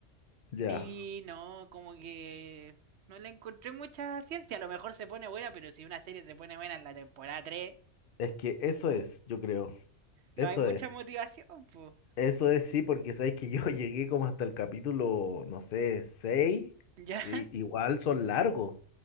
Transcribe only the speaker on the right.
Y no, como que no le encontré mucha ciencia. A lo mejor se pone buena, pero si una serie se pone buena en la temporada 3
no
hay mucha
motivación, pues.
Ya.
<laughs>